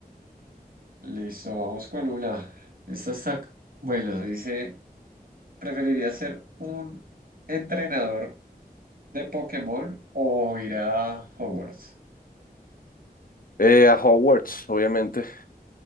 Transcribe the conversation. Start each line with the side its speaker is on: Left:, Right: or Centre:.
Right: Listo, vamos con una. Esta está, bueno, dice, ¿preferiría ser un entrenador de Pokémon o ir a Hogwarts?
Left: Eh, a Hogwarts, obviamente.